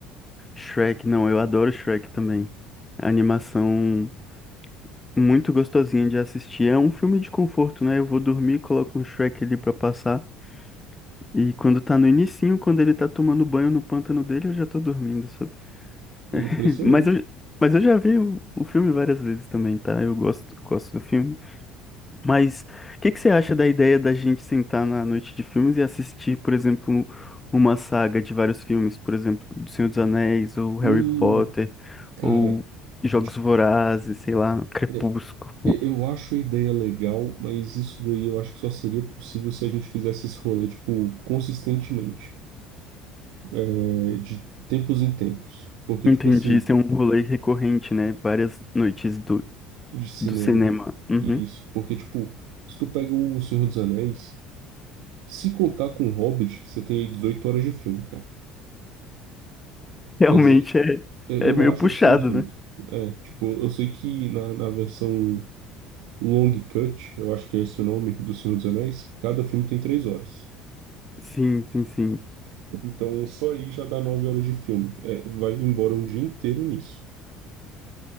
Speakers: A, on the left; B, on the right.
A: Shrek, não, eu adoro Shrek também. A animação. muito gostosinha de assistir. É um filme de conforto, né? Eu vou dormir, coloco um Shrek ali pra passar. E quando tá no inicinho, quando ele tá tomando banho no pântano dele, eu já tô dormindo, sabe?
B: Impressionante.
A: <laughs> Mas eu, mas eu já vi o, o filme várias vezes também, tá? Eu gosto, eu gosto do filme. Mas o que que você acha da ideia da gente sentar na noite de filmes e assistir, por exemplo, um- uma saga de vários filmes, por exemplo, do Senhor dos Anéis, ou Harry
B: Hum,
A: Potter,
B: cara,
A: ou Jogos
B: tipo,
A: Vorazes, sei lá, Crepúsculo.
B: é, é, eu acho a ideia legal, mas isso daí eu acho que só seria possível se a gente fizesse esse rolê, tipo, consistentemente, é, de tempos em tempos. Porque,
A: Entendi,
B: tipo assim.
A: isso é um rolê recorrente, né? Várias noites do,
B: de cinema.
A: do cinema. Uhum.
B: Isso, porque, tipo, se tu pega o Senhor dos Anéis, se contar com o Hobbit, você tem aí 18 horas de filme, cara.
A: <laughs> Realmente
B: Quer dizer,
A: é,
B: eu eu
A: é meio
B: acho
A: puxado,
B: que são dezoito
A: né?
B: É, tipo, eu sei que na, na versão Long Cut, eu acho que é esse o nome do Senhor dos Anéis, cada filme tem 3 horas.
A: Sim, sim, sim.
B: Então, só aí já dá 9 horas de filme. É, vai embora um dia inteiro nisso.